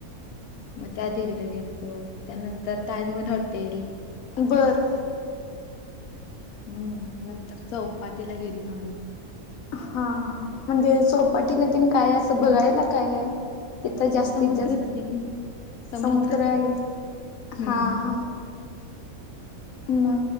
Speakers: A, on the left; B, on the left.
A: मग त्या देवीला गेलतो, त्यानंतर ताजमहल हॉटेल
B: बरं
A: हम्म, नंतर चौपटीला गेलेलो आम्ही
B: हा हा म्हणजे चौपाटीला तेन काय असं बघायला कायय? तिथं जास्तीत
A: समुद्रच
B: जास्त
A: की समुद्रच
B: समुद्रय,
A: की. हम्म.
B: हा हा म